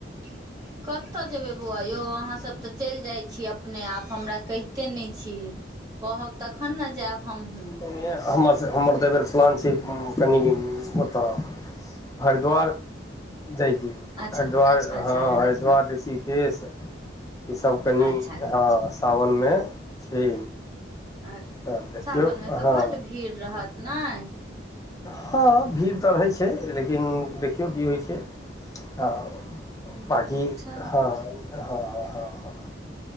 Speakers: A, on the right; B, on the left.
A: <inaudible> कतय जेबै बौआ यौ अहाँसभ तऽ चलि जाइ छी अपने आप हमरा कहिते नई छी कहब तखन न जायब हमहू
B: <unintelligible> हमर हमर तऽ एय बेर प्लान छै कनि ओतऽ हरिद्वार जाइभी
A: अच्छा
B: हरिद्वार
A: अच्छा
B: हँ
A: हर
B: हरिद्वार ऋषिकेश ई सभ कनि
A: अच्छा
B: हँ सावन मे छै
A: अ
B: तऽ देखियौ
A: सावन मे तऽ
B: हँ
A: बड्ड भीड़ रहत नय
B: हँ भीड़ तऽ रहै छै लेकिन देखियौ की होइ छै हँ
A: अच्छा
B: बाकी हँ हँ हँ ह